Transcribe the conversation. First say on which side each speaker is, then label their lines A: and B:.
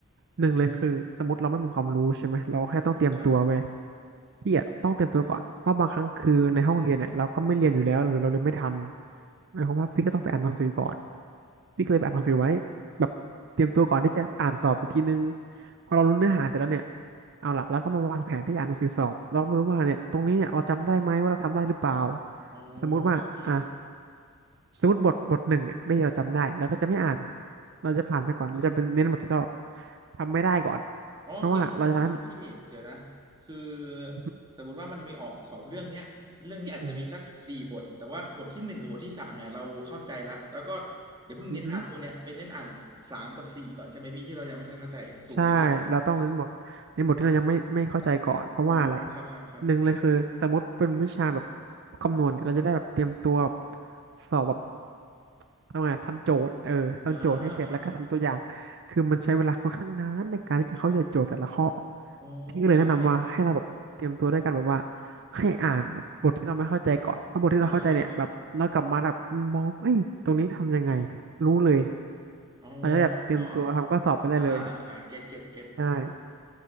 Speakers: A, on the right; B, on the right.
A: หนึ่งเลยคือสมมติเราไม่มีความรู้ใช่ไหมเราแค่ต้องเตรียมตัวไป
B: อืมครับ
A: พี่อ่ะต้องเตรียมตัวก่อนเพราะบางครั้งคือในห้องเรียนเนี่ยเราก็ไม่เรียนอยู่แล้วหรือเราเรียนไม่ทันหมายความว่าพี่ก็ต้องไปอ่านหนังสือก่อน พี่ก็เลยไปอ่านหนังสือไว้แบบเตรียมตัวก่อนที่จะอ่านสอบอีกทีนึงพอเรารู้เนื้อหาเสร็จแล้วเนี่ยเอาล่ะเราก็มาวางแผนที่จะอ่านหนังสือสอบเราก็ไม่รู้ว่าเนี่ยตรงนี้เนี่ยเราจำได้ไหมว่าเราทำได้หรือเปล่า
B: อ๋อ
A: สมมุติว่าอ่ะ
B: ครับพี่
A: สมมติบทบทหนึ่งเนี่ยที่เราจำได้เราก็จะไม่อ่านเราจะผ่านไปก่อนเราจะเป็นเน้นบทที่เราแบบทำไม่ได้ก่อน
B: อ๋อคือพี่พี่พี่พี่เดี๋ยวนะคือ
A: เพราะว่าเราจะทำให้อื
B: สมมติว่ามันมีออกสอบเรื่องเนี้ยเรื่องนี้อาจจะมีสักสี่บทแต่ว่าบทที่หนึ่งกับบทที่สามเนี่ยเราเข้าใจละแล้วก็
A: ม
B: อย่าเพิ่งเน้นอ่านพวกเนี้ยเป็นเน้นอ่านสามกับสี่ก่อนใช่ไหมพี่ที่เรายังไม่ค่อยเข้าใจถูกไหมพี่
A: อืม ใช่เราต้องเน้นบทในบทที่เรายังไม่ไม่เข้าใจก่อนเพราะว่าอะไร
B: อ๋อครับครับครับ
A: หนึ่งเลยคือสมมติเป็นวิชาแบบคำนวณเนี่ยเราจะได้แบบเตรียมตัวสอบแบบทำไงทำโจทย์เออทำโจทย์ให้เสร็จแล้วก็ทำตัวอย่าง
B: อ่าครับครับ
A: คือมันใช้เวลาค่อนข้างนานในการที่จะเข้าใจโจทย์แต่ละข้อ
B: อ๋อครับพี่
A: พี่ก็เลยแนะนำว่าให้เราแบบเตรียมตัวด้วยกันแบบว่าให้อ่านแบบบทที่เราไม่เข้าใจก่อนเพราะบทที่เราเข้าใจเนี่ยแบบเรากลับมาแบบมองเอ้ยตรงนี้ทำยังไง
B: อ่าครับครับ
A: รู้เลย
B: อ๋
A: เราจะได้แบบเตรียมตัวทำข้อสอบไปได้เลย
B: ออ่าอ่าอ่าเก็ตเก็ตเก็ต
A: ใช่